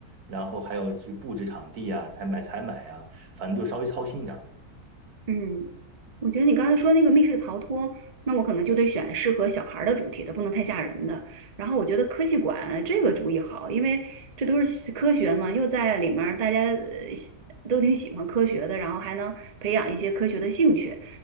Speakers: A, on the right; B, on the right.
A: 然后还有去布置场地啊，采买采买啊，反正就稍微操心一点儿吧。
B: 嗯。我觉得你刚才说那个密室逃脱，那我可能就得选适合小孩儿的主题的，不能太吓人的。然后我觉得科技馆这个主意好，因为这都是科学嘛，又在里面儿大家呃喜都挺喜欢科学的，然后还能培养一些科学的兴趣。